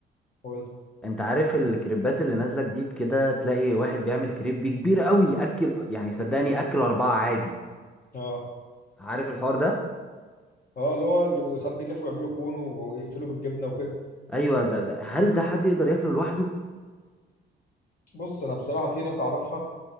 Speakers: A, on the left; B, in the centre.
A: قول
B: انت عارف الكريبات اللي نازلة جديد كده تلاقي واحد بيعمل كريب كبير قوي ياكل يعني صدقني ياكل أربعة عادي
A: اه
B: عارف الحوار ده
A: اه اللي هو اللي- وساعات بيلفوا يعملوا كون ويقفلوا بالجبنه وكده
B: ايوه ده, ده هل ده حد يقدر ياكله لوحده
A: بص انا بصراحه في ناس اعرفها